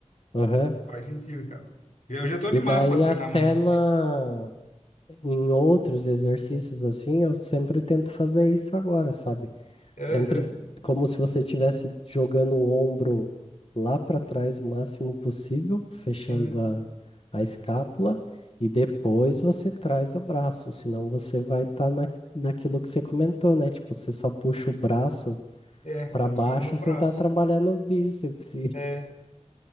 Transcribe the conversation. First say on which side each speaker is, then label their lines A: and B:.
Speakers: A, on the left; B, on the left.
A: Aham.
B: Faz sentido, cara. Eu já tô animado
A: E daí,
B: pra treinar
A: até
B: amanhã.
A: na, em outros exercícios assim, eu sempre tento fazer isso agora, sabe?
B: Aham,
A: Sempre como se você estivesse jogando o ombro lá para trás o máximo possível, fechando
B: sim.
A: a, a escápula, e depois você traz o braço, senão você vai estar na, naquilo que você comentou, né? Tipo, você só puxa o braço
B: É, tá
A: para baixo,
B: treinando o
A: você
B: braço.
A: tá trabalhando o bíceps. e-
B: É.